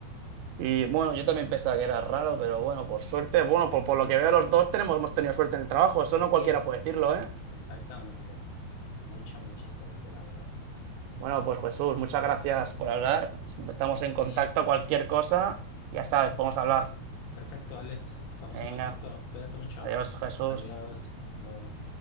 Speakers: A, on the right; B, on the left.
A: Y bueno, yo también pensaba que era raro, pero bueno, por suerte, bueno, por, por lo que veo los dos tenemos, hemos tenido suerte en el trabajo, eso no
B: Sí,
A: cualquiera puede decirlo, ¿eh?
B: exactamente. Mucha, mucha suerte, la verdad.
A: Bueno, pues Jesús, muchas gracias por hablar. Estamos
B: No, a
A: en
B: ti.
A: contacto, cualquier cosa, ya sabes, podemos hablar.
B: Perfecto, Alex. Estamos
A: Venga,
B: en contacto. Cuídate mucho.
A: adiós, Jesús.
B: Adiós. Hasta luego.